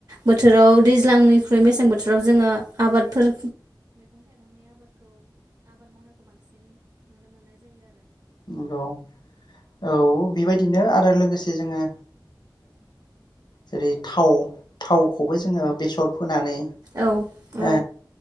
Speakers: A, on the right; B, on the left.
A: बोथोराव दैज्लांनिख्रुइ मेसें बोथोराव जोङो आबादफोर
B: नंगौ औ बेबायदिनो आरो लोगोसे जोङो जेरै थाव थावखौबो जोङो बेसर फोनानै
A: औ औ
B: ओ